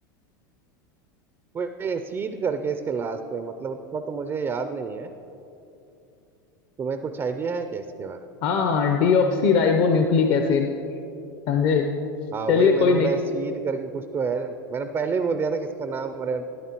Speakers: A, on the right (about 25°); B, on the left (about 50°).
A: वो एसीड करके इसके लास्ट में मतलब उतना तो मुझे याद नहीं है तुम्हें कुछ आइडिया है क्या इसके बारे में
B: हाँ डीऑक्सी राइबो न्यूक्लिक एसिड समझे
A: हाँ
B: चलिए
A: वही मैंने
B: कोई
A: बोला
B: नहीं
A: एसीड करके कुछ तो है मैंने पहले ही बोल दिया था कि इसका नाम रेड